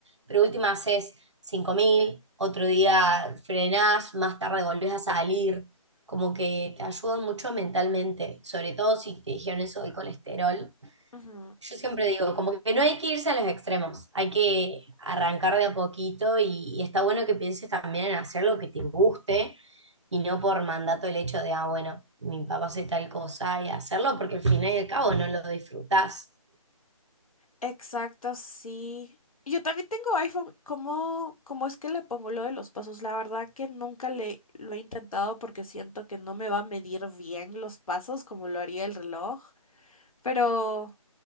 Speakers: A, on the right (about 50°); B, on the left (about 70°).
A: pero última haces 5.000 otro día frenás, más tarde volvés a salir como que te ayuda mucho mentalmente, sobre todo si te dijeron eso del colesterol.
B: ujú.
A: Yo siempre digo, como que no hay que irse a los extremos, hay que arrancar de a poquito y, y está bueno que pienses también en hacer lo que te guste y no por mandato el hecho de, ah, bueno, mi papá hace tal cosa y hacerlo, porque al fin y al cabo no lo disfrutás.
B: Exacto, sí. Yo también tengo iPhone. ¿Cómo, cómo es que le pongo lo de los pasos? La verdad que nunca le lo he intentado porque siento que no me va a medir bien los pasos como lo haría el reloj. Pero,